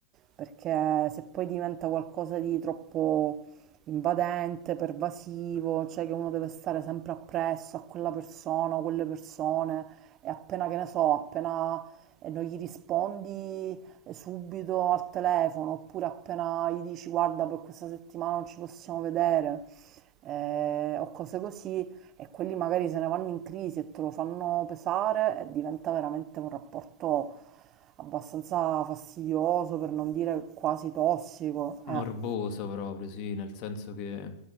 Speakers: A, on the right; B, on the left.
A: perché se poi diventa qualcosa di troppo invadente, pervasivo, cioè che uno deve stare sempre appresso a quella persona o quelle persone e appena che ne so, appena eh, non gli rispondi eh, subito al telefono oppure appena gli dici guarda per questa settimana non ci possiamo vedere eh, o cose così, e quelli magari se ne vanno in crisi e te lo fanno pesare e diventa veramente un rapporto abbastanza fastidioso, per non dire quasi tossico.
B: Morboso
A: eh.
B: proprio, sì, nel senso che